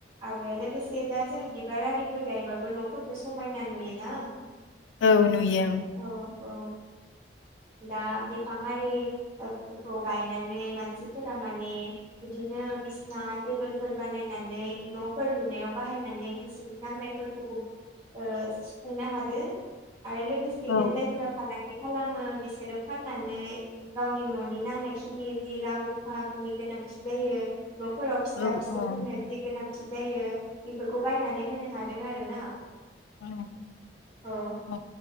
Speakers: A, on the right; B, on the left.
A: आरो लोगोसे दा जों बिबार आरिफोर गायबाबो नफोरखो समायना नुयोना।
B: औ नुयो ओं।
A: औ औ दा बिफां हारिखौ गायनानै मानसिफोरा माने इदिनो बायदिसिना टेबोलफोर बानायनानै नफोर लुनायाव बाहायनानै निजिनि नांनायफोरखौबो ओ सुफुंनो हादो। आरो लोगोसेयैनो
B: औ
A: जायफोरा फालांगि खालामो बिसोरो फाननानै गावनि ननि नांनाय खिनि जि रां रुफानि गोनांथि जायो नफोराव फिसा
B: औ
A: फिसौफोरनो
B: औ
A: जि गोनांथि जायो बेफोरखौ बायनानै होनो हादों आरोना।
B: अ
A: औ
B: अ